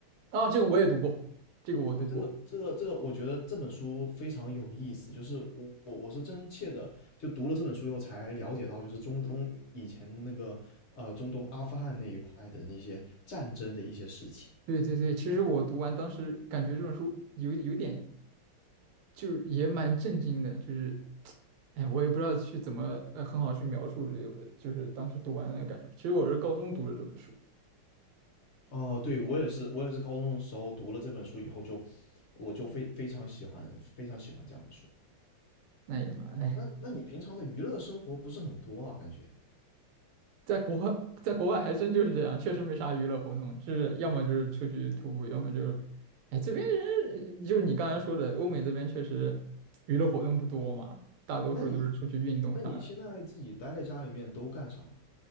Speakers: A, on the right; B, on the left.
A: 啊，这个我也读过，这个我读过。
B: 对，这个这个这个，我觉得这本书非常有意思。就是我我我是真切的，就读了这本书以后才了解到，就是中东以前那个呃中东阿富汗那一块的那些战争的一些事情。
A: 对对对，其实我读完当时感觉这本书有有点就是也蛮震惊的，就是，哎呀，我也不知道去怎么呃很好去描述这个，就是当时读完那个感受。其实我是高中读的这本书，
B: 哦，对，我也是，我也是高中的时候读了这本书以后就，我就非非常喜欢，非常喜欢这样的书。
A: 那也蛮哎，
B: 哦，那那你平常的娱乐生活不是很多啊？感觉？
A: 在国外，在国外还真就是这样，确实没啥娱乐活动，就是要么就是出去徒步，要么就是，哎，这边人就是你刚才说的，欧美这边确实娱乐活动不多嘛，大多数都是出去运动啥的。
B: 那你那你现在自己待在家里面都干什么呢？